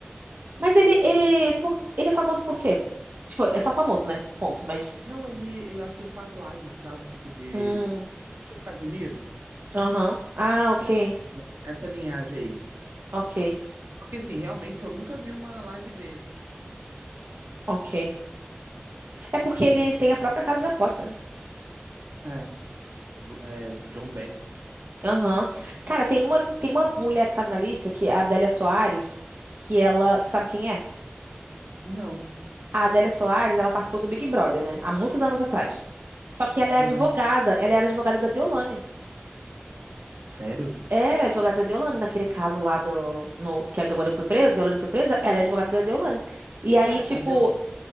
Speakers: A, on the right (about 55°); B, on the right (about 75°).
A: Mas ele, ele, por, ele é famoso por quê? Tipo, é só famoso, né? Ponto, mas.
B: Não, ele, eu acho que ele faz lives, sabe? Tipo de.
A: Hum,
B: Tipo Casimiro.
A: aham. Ah, ok.
B: Acho que é nessa linhagem aí.
A: Ok,
B: Porque assim, realmente eu nunca vi uma live dele.
A: ok. É porque ele tem a própria casa de aposta, né?
B: É. V- é, John Betts.
A: Aham. Cara, tem uma, tem uma mulher que tá na lista, que é a Adélia Soares, que ela. Você sabe quem é?
B: Não.
A: A Adélia Soares, ela participou do Big Brother, né? Há muitos anos atrás. Só que ela é
B: Aham.
A: advogada, ela era advogada da Deolane.
B: Sério?
A: É, ela é advogada da Deolane, naquele caso lá do. No, que a Deolane foi presa, Deolane foi presa, ela é advogada da Deolane. E aí,
B: Cara,
A: tipo,
B: a Del.